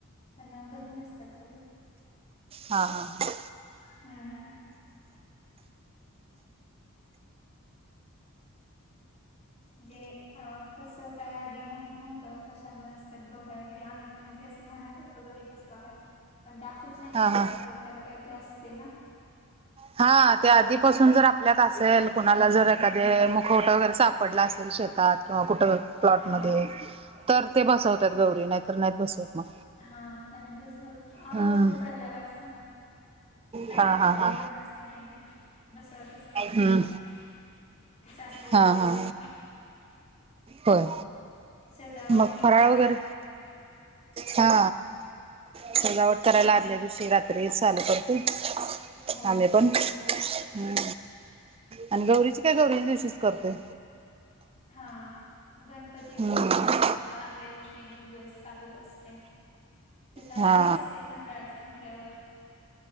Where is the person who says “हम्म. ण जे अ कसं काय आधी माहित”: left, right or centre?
Left